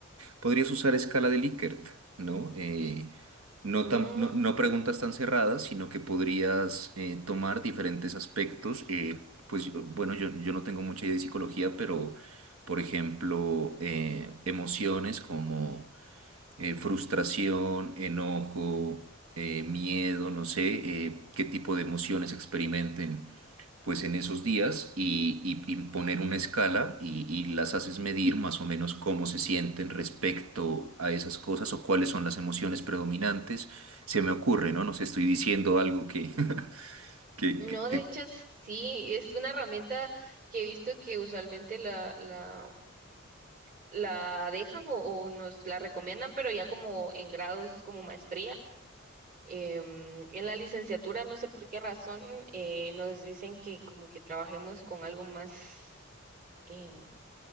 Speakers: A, on the right; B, on the right.
A: Podrías usar escala de Likert, ¿no? Eh, no,
B: Mm,
A: tan- no, no preguntas tan cerradas, sino que podrías eh, tomar diferentes aspectos. eh, pues yo- bueno, yo, yo no tengo mucha idea de psicología, pero por ejemplo, eh, emociones como eh, frustración, enojo, eh, miedo, no sé, eh, qué tipo de emociones experimenten pues en esos días y, y- y poner una escala y, y las haces medir más o menos cómo se sienten respecto a esas cosas o cuáles son las emociones predominantes. Se me ocurre, ¿no? No sé, estoy diciendo algo que, <laughs> que,
B: no,
A: que-
B: de
A: que-
B: hecho, sí, es una herramienta que he visto que usualmente la, la, la dejan o, o nos la recomiendan, pero ya como en grados como maestría Em, en la licenciatura, no sé por qué razón, eh, nos dicen que como que trabajemos con algo más, em,